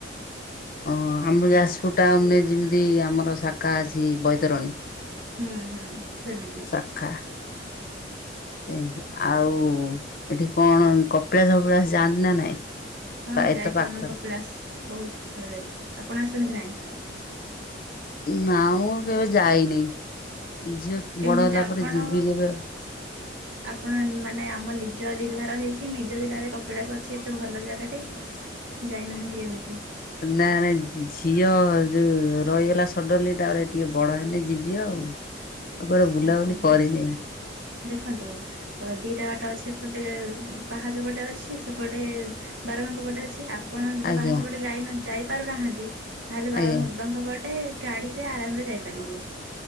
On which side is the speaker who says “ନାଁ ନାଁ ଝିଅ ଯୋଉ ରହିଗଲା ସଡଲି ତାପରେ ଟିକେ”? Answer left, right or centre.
Left